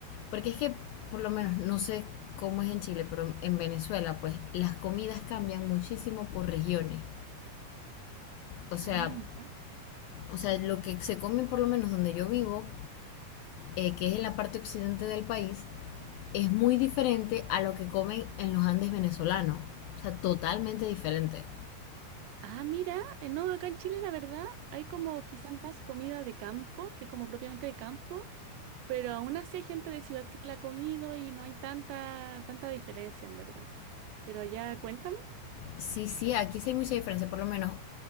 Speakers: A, on the left (about 85°); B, on the right (about 80°).
A: Porque es que, por lo menos, no sé cómo es en Chile, pero en Venezuela, pues las comidas cambian muchísimo por regiones. O sea,
B: Ah, ya.
A: o sea, lo que se come, por lo menos donde yo vivo, eh, que es en la parte occidente del país, es muy diferente a lo que comen en los Andes venezolanos. O sea, totalmente diferente.
B: Ah, mira, eh, no, acá en Chile la verdad hay como quizás más comida de campo, que es como propiamente de campo, pero aún así hay gente de ciudad que la ha comido y no hay tanta, tanta diferencia en verdad. Pero allá, cuéntame.
A: Sí, sí, aquí sí hay mucha diferencia. Por lo menos,